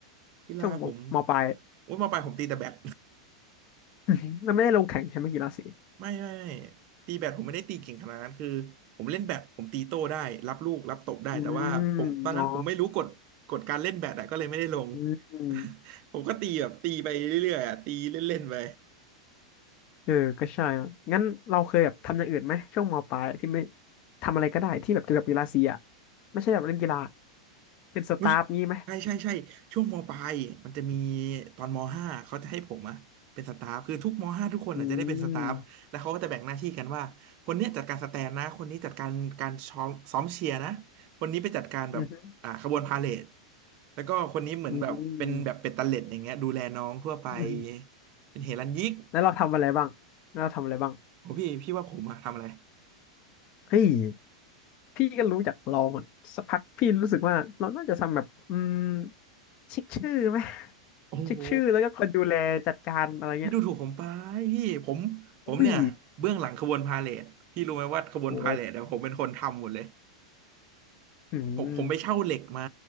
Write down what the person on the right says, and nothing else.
กีฬาผม
ว่ามาไปลายผมตีแต่แบด
<laughs> ไม่ไม่ไม่ตีแบดผมไม่ได้ตีเก่งขนาดนั้นคือผมเล่นแบดผมตีโต้ได้รับลูกรับตบได้แต่ว่าผมตอนนั้นผมไม่รู้กฎกฎการเล่นแบดอะก็เลยไม่ได้ลง
<laughs> ผมก็ตีแบบตีไปเรื่อยๆอะตีเล่นๆไป
อุ๊ยใช่ใช่ใช่ช่วงมปลายมันจะมีตอนมห้าเขาจะให้ผมอะเป็นสตาฟคือทุกมห้าทุกคนอะจะได้เป็นสตาฟแล้วเขาก็จะแบ่งหน้าที่กันว่าคนเนี้ยจัดการสแตนนะคนนี้จัดการการซ้อมซ้อมเชียร์นะ
คนนี้ไปจัดการแบบอ่าขบวนพาเหรด
แล้วก็คนนี้เหมือนแบบเป็นแบบเป็ดตะเล็ดอย่างเงี้ยดูแลน้องทั่วไป
เป็นเฮรัญญิก
โอ้พี่พี่ว่าผมอะทำอะไร
โอ้โห
พี่ดูถูกผมไปพี่ผมผมเนี่ยเบื้องหลังขบวนพาเหรดพี่รู้ไหมว่าขบวนพาเหรดเนี่ยผมเป็นคนทำหมดเลย
ผมผมไปเช่าเหล็กมา